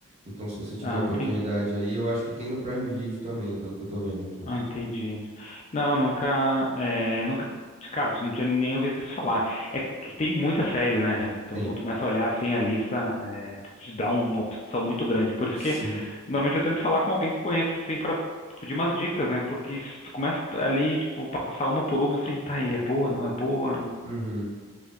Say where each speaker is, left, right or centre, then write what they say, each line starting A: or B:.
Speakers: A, on the right; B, on the left.
A: Então, se você tiver
B: Ah,
A: oportunidade
B: entendi.
A: aí, eu acho que tem no Prime Video também, pelo que eu tô vendo aqui.
B: Ah, entendi. Não, nunca, é, nunca, cara, não tinha nem ouvido falar. É que tem muita série, né? Então,
A: Tem.
B: quando começa a olhar assim a lista, é, te dá uma opção muito grande. Por isso
A: Sim.
B: que normalmente eu tento falar com alguém que conheça, assim, para pedir umas dicas, né? Porque se tu começa ali, tipo, passar uma por uma, assim, tá aí, é boa, não é boa.
A: Uhum.